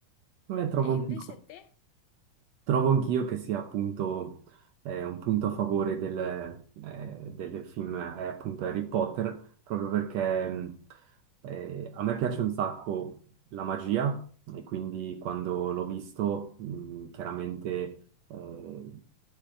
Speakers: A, on the right; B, on the left.
A: Eh, trovo
B: E
A: anch'io,
B: invece te?
A: trovo anch'io che sia appunto eh, un punto a favore del, eh, del film è appunto Harry Potter, proprio perché mh, eh, a me piace un sacco la magia e quindi quando l'ho visto mh, chiaramente eh,